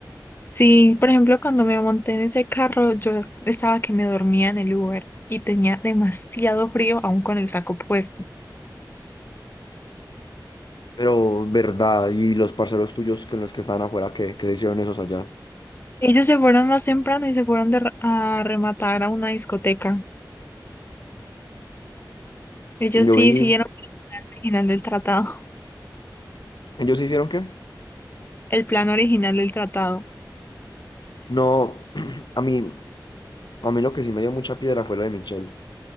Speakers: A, on the left; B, on the left.
A: Sí, por ejemplo, cuando me monté en ese carro, yo estaba que me dormía en el Uber y tenía demasiado frío aún con el saco puesto.
B: Pero, verdad, y los parceros tuyos con los que estaban afuera, ¿qué, qué hicieron esos allá?
A: Ellos se fueron más temprano y se fueron de re- a rematar a una discoteca. Ellos
B: Yo
A: sí
B: vi,
A: siguieron el original del tratado, <laughs>
B: ¿ellos sí hicieron qué?
A: el plan original del tratado.
B: No, <clears throat> a mí, a mí lo que sí me dio mucha piedra fue lo de Michelle.